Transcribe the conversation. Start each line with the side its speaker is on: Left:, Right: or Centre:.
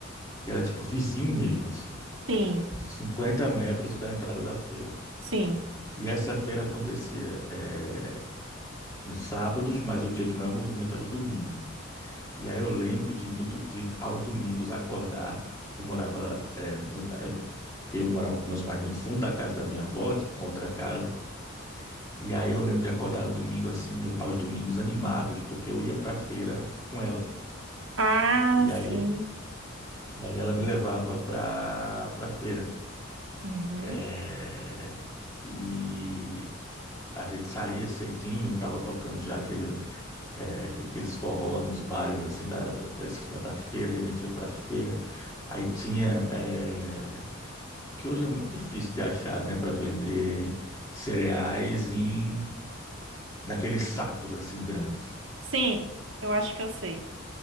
Left: E era tipo vizinho mesmo, assim,
Right: Sim,
Left: 50 metros da entrada da feira.
Right: sim.
Left: E essa feira acontecia é, nos sábados, mas o dia de maior movimento era o domingo. E aí eu lembro de, no do- de aos domingos acordar. Eu morava, é, no- é, eu morava com meus pais no fundo da casa da minha avó, tinha uma outra casa. E aí eu lembro de acordar no domingo assim, no- aos domingos animados, porque eu ia para a feira com ela.
Right: Ah,
Left: E
Right: sim.
Left: aí, e aí ela me levava para para a feira.
Right: Uhum.
Left: É, e a gente saía cedinho, tava tocando já aquele, é, aqueles forró nos bares assim da, da, da esquina da feira, e a gente ia pra feira. Aí tinha, é, que hoje é muito difícil de achar, né, para vender cereais em naqueles sacos assim grandes.
Right: Sim, eu acho que eu sei